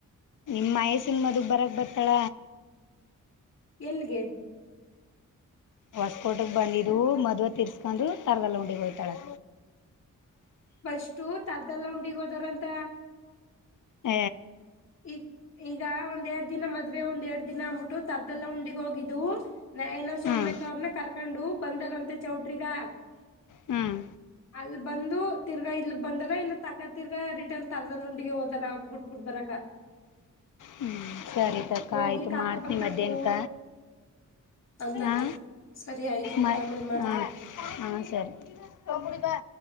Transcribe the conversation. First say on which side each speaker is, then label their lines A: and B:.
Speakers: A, on the left (about 70°); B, on the left (about 55°).
A: ನಿಮ್ಮ್ಯಸ್ಸಿನ ಮದುಗ್ ಬರಕ್ ಬರ್ತಾಳ
B: ಎಲ್ಲಿಗೆ
A: ಹೊಸಕೋಟೆಗೆ ಬಂದಿದ್ದವು ಮದ್ುವ ತರ್ಸ್ಕೊಂಡು ತರದಲ್ಲ ಉಂಡಿ ಹೋಯ್ತಾಳೆ
B: ಬಸ್ು ತರದೆಲ್ಲ ಉಂಡಿಗ್ ಹೋದಾರಂತ
A: ಹ
B: ಈಗ ಈಗ ಒಂದ್ೆರಡ್ ದಿನ ಮದ್ವೆ ಒಂದ್ೆರಡ್ ದಿನ ಅಂದಬಿಟ್ಟು ತರ್ದೆಲ್ಲ ಉಂಡಿಗ್ ಹೋಗಿದ್ದವು ನಯನ ಸೌಮ್ಯಕ್ಕ
A: ಹ್ಮ್
B: ಅವ್ರನ್ನ ಕರ್ಕೊಂಡು ಬಂದಾರಂತೆ ಚೌಟ್ರಿಗ
A: ಹ್ಮ್
B: ಅಲ್ ಬಂದು ತಿರ್ಗಾ ಇಲ್ಲಿ ಬಂದಾರ ಇಲ್ಲ ತಕ್ಕ ತಿರ್ಗ ರಿಟರ್ನ್ ತರದಲ್ಲ ಉುಂಡಿಿಗೆ ಹೋದಾರ ಅವ್ರಗ್ ಬಿಟ್ಬುಡ್ ಬರಕ
A: ಹ್ಮ್ ಸರಿತಕ್ಕ
B: ಹೋಗಿ
A: ಆಯ್ತು
B: ಕರ್ಕ
A: ಮಾಡ್ತನ
B: ಬರ್ಬೇಕು
A: ಮಧ್ಯಾಹನಕ
B: ಅಂತಂತಿರು
A: ಹಾ
B: ಸರಿ ಆಯ್ತು
A: ಮ
B: ಅಕ್ಕ ಆಮೇಲ್ ಮಾಡ್ತೀನಿ.
A: ಹ ಹಾ ಸರಿ ಹ ಮುಡಿವಾ